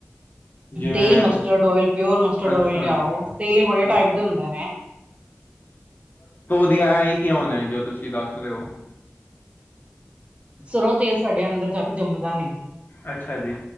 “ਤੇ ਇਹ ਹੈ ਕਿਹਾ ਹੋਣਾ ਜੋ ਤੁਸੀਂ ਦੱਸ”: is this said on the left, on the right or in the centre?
Left